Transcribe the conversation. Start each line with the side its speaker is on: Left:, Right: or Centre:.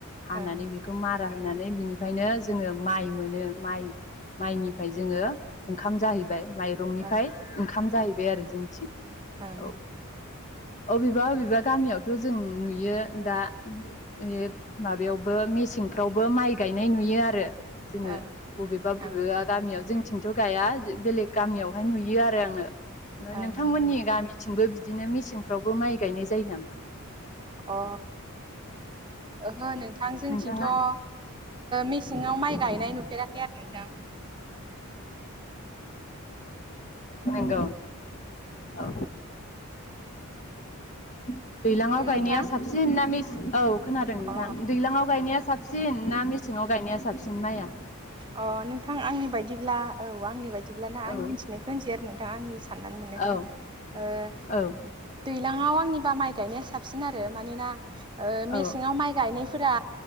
Left: हानानै
Right: ओं
Left: बेखौ मा मारा होनानै बिनिफ्रायनो जोङो माइ मोनो माइ माइनिफ्राय जोङो ओंखाम जाहै <unintelligible> माइरंनिफ्राय
Right: ओं
Left: ओंखाम जाहैबाय
Right: ओं
Left: आरो जोंनिथि
Right: ओं
Left: औ अबेबा अबेबा गामियाव थ' जों नुयो दा <unintelligible> माबायावबो मेसेंफ्रावबो माइ गायनाय नुयो आरो जोङो
Right: ओं
Left: बबेबा बबेबा
Right: ओं
Left: गामियाव जों थिंथ' गाया बेलेग गामियावहाय नुयो आरो आङो
Right: ओं
Left: नोंथांमोननि
Right: अ
Left: गामि थिंबो बिदिनो मेसेंफ्रावबो माइ गायनाय जायो नामा?
Right: अ, ओहो नोंथां जोंथिंथ'
Left: नोंथाङा
Right: ओ मेसेङाव माइ गायनाय नुफेराखै आरो नोंथां।
Left: नोंगौ औ। <inaudible> दैलाङाव
Right: हेलौ
Left: गायनाया
Right: नोंथां
Left: साबसिन ना मेसे औ खोनादों नोंथां
Right: अ
Left: दैलाङाव गायनाया साबसिन ना मेसेङाव गायनाया साबसि जोंनाया
Right: अ नोंथां आंनि बायदिब्ला औ आंनि बायदिब्लाना
Left: औ
Right: आं मिथिनायखौ होनसै आरो नोंथां आंनि साननानै मोननायखौ
Left: औ
Right: ओ
Left: औ
Right: दैज्लाङाव निबा माइ गायनाया साबसिन आरो मानोना ओ मेसेङाव
Left: औ
Right: माइ गायनाय फोरा